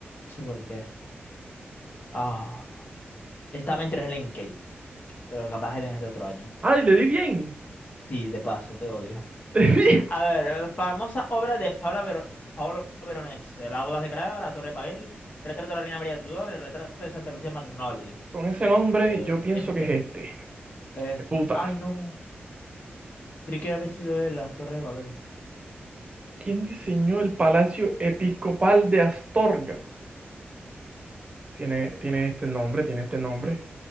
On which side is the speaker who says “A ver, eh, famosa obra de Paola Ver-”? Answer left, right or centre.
Left